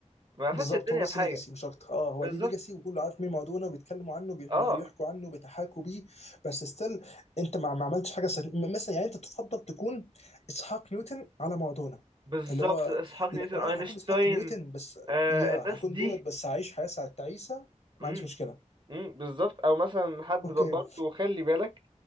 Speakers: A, on the right; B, on the left.
A: ما
B: بالظبط
A: فادش الدنيا
B: هو بس
A: في حاجه
B: ليجاسي مش اكتر اه هو
A: بالظبط
B: ليه ليجاسي وكله عارف مين مارادونا وبيتكلموا عنه بيح-
A: اه
B: بيح- بيحكوا عنه بيتحاكوا بيه بس ستيل انت ما ما عملتش حاجه سك... م- مثلا يعني انت تفضل تكون اسحاق نيوتن على مارادونا
A: بالظبط
B: اللي هو
A: اسحاق نيوتن
B: ل- لو
A: اينشتاين
B: انا هكون اسحاق نيوتن بس
A: آه
B: يا هكون
A: الناس دي
B: دولت بس هعيش حياه ساعه تعيسه ما
A: امم
B: عنديش مشكله
A: امم بالظبط او مثلا حد
B: اوكي
A: ب- برضو خلي بالك